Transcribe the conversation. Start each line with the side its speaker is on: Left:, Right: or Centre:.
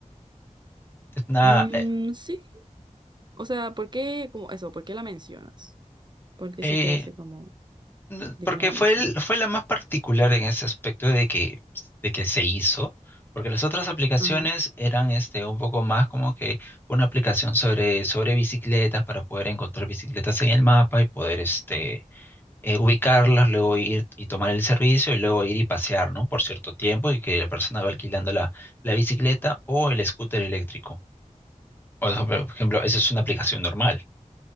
Left: Es una,
Right: Mm,
Left: eh,
Right: sí, o sea, ¿por qué, como eso, por qué la mencionas? ¿Por qué
Left: eh,
Right: se te hace como
Left: n-
Right: digna
Left: porque
Right: de
Left: fue,
Right: mencionar?
Left: el- fue la más particular en ese aspecto de que, de que se hizo, porque las otras aplicaciones
Right: Ajá,
Left: eran este, un poco más como que una aplicación sobre, sobre bicicletas para poder encontrar bicicletas en el mapa y poder este eh, ubicarlas, luego ir y tomar el servicio y luego ir y pasear, ¿no? Por cierto tiempo y que la persona va alquilando la, la bicicleta o el scooter eléctrico. Por ejemplo, por ejemplo, esa es una aplicación normal.